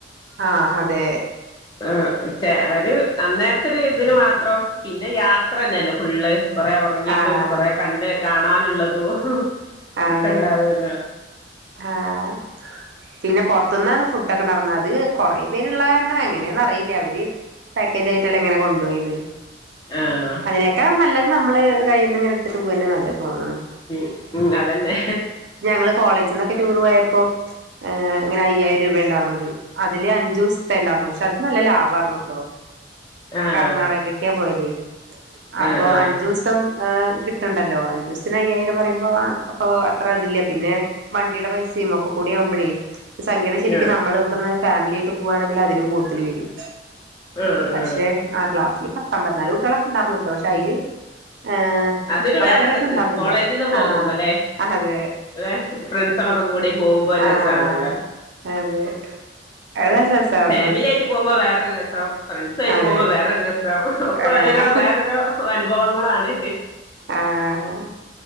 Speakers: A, on the right (about 70°); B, on the left (about 25°).
A: ആഹ് അതെ
B: ആഹ് ച്ചേ ഒരു അന്നേരത്തെ ഒരു ഇതിന് മാത്രം പിന്നെ യാത്രന്നെല്ലേ ഫുള്ള് കൊറേ ഉറങ്ങീട്ടും
A: ആഹ്
B: കൊറേ കണ്ട് കാണാനുള്ളതും
A: അതെ
B: ഒക്കെ ഇണ്ടാവൊല്ലോ
A: ആഹ് പിന്നെ പുറത്തുന്നാണ് ഫുഡൊക്കെ നടന്നത് അത് കൊറേ പേരുള്ള കാരണം എങ്ങനെയാന്ന് അറിയില്ല അവര് പാക്കേജായിട്ടല്ലെ ഇങ്ങനെ കൊണ്ടോയത്
B: ആഹ്
A: അതിനെക്കാളും നമ്മള് കയ്യിൽ നിന്ന് ഇങ്ങനെ എടുത്തിട്ട് പോക്ന്ന നല്ലത് തോന്നുന്നു
B: ഉം ഉം അതന്നെ
A: ഞങ്ങള് കോളേജിന്നൊക്കെ ടൂർ പോയപ്പോ ഏഹ് ഇങ്ങനെ അയ്യായിരം രൂപയാ ഇണ്ടായിരുന്നത് അതില് അഞ്ചു ദിവസത്തെ ഇണ്ടായിരുന്നു പക്ഷെ അത് നല്ല ലാഭാരുന്ന്ട്ടോ
B: ആഹ്
A: കർണാടകക്കാ പോയത് അപ്പൊ
B: ആഹ് ആഹ്
A: അഞ്ചൂസം ഹ കിട്ട്ണ്ടല്ലോ അഞ്ച് ദിവസത്തിന് അയ്യായിരം പറയുമ്പോ അപ്പൊ അത്ര ഇതില്ല പിന്നെ വണ്ടിടെ പൈസയും ഒക്കെ കൂടെ ആവ്മ്പോൾ സംഗതി ശരിക്കും
B: ആഹ്
A: നമ്മളെ ഇവിടുന്ന് ഫാമിലി ആയിട്ട് പോവാണെങ്കിൽ അതിനും കൂടുതൽ വരും
B: ഉം ഉം
A: പക്ഷെ ആ ക്ലാസ്സില് പത്തമ്പത്തിനാല് കുട്ട്യാളൊക്കെ ഉണ്ടായിർന്നുട്ടോ പക്ഷെ അയില് ഏഹ്
B: അതൊരു
A: കൊറെ
B: വേറെ
A: പേരൊന്നും
B: രസം
A: ഉണ്ടാർന്നില്ല
B: കോളേജിൽന്ന് പോകുമ്പോല്ലേ
A: ആഹ് അതെ
B: ഏഹ് ഫ്രണ്ട്സാളൊക്കെ കൂടി പോവ്മ്പോ ഒരു
A: ആഹ്
B: രസാണല്ലോ
A: അതെ അത് നല്ല രസാർന്നു
B: ഫാമിലി ആയിട്ട് പോവ്മ്പോ വേറൊരു രസം ഫ്രണ്ട്സായിട്ട്
A: അതെ
B: പോമ്പൊ വേറൊരു രസം ഒക്കെ
A: ആഹ്
B: ഓരോരോ വേറൊരൊ അനുഭവങ്ങളാണ്
A: ആഹ്